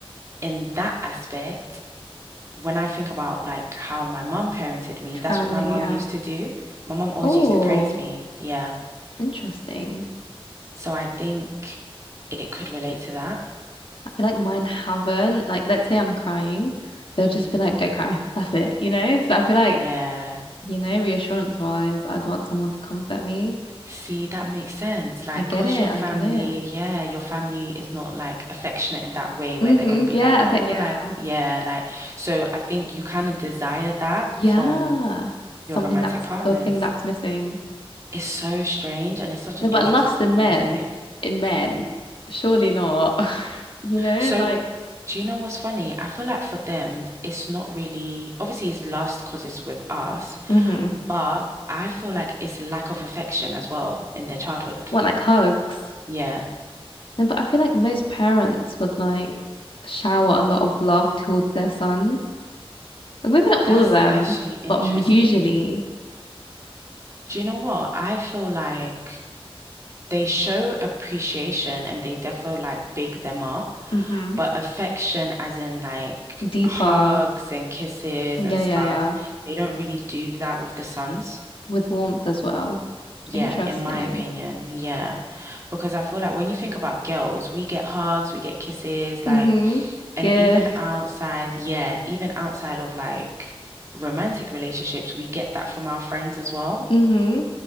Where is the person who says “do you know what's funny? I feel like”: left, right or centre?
Right